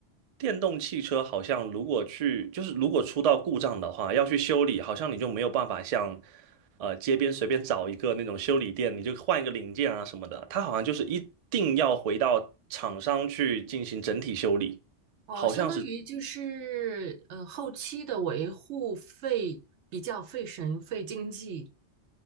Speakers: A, on the right (about 60°); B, on the right (about 75°).
A: 电动汽车好像如果去就是如果出到故障的话，要去修理，好像你就没有办法像呃街边随便找一个那种修理店，你就换一个零件啊什么的，它好像就是一定要回到厂商去进行整体修理，
B: 哦，
A: 好像是。
B: 相当于就是呃后期的维护费比较费神费经济。